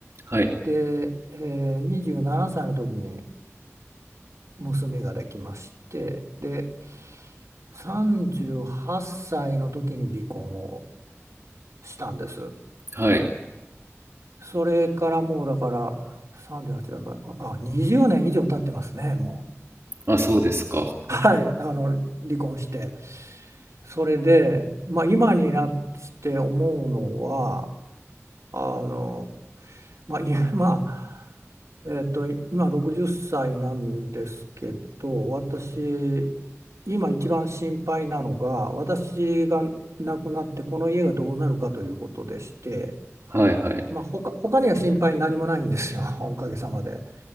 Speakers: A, on the right (about 60°); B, on the right (about 80°).
A: はい、
B: で、えー、27歳の時に娘ができまして、で、38歳の時に離婚をしたんです。
A: はい。
B: それからもうだから38だから、あ、20年以上経ってますね、も
A: まあ、そうですか。
B: う。はい、あの離婚して。それで、まあ、今になって思うのはあの、まあ、今 <laughs> えっと、今60歳なんですけど私今一番心配なのが私が亡くなってこの家がどうなるかということでして、
A: はいはい。
B: まあ、他、他には心配何もないんですよ <laughs> おかげさまで。